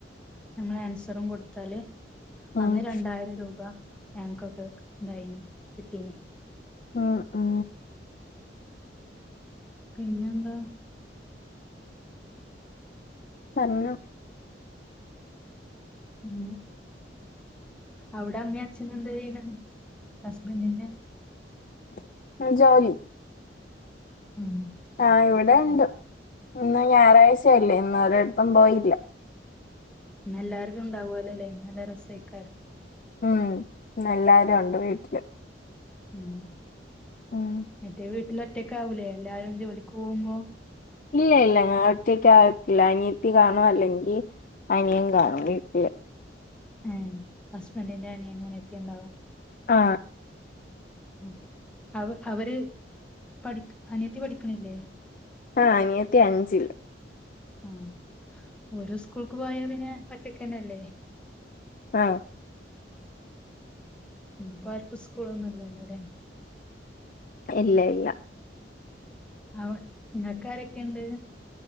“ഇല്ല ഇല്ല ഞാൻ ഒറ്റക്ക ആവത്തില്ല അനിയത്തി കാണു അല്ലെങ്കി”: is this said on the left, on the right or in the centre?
Left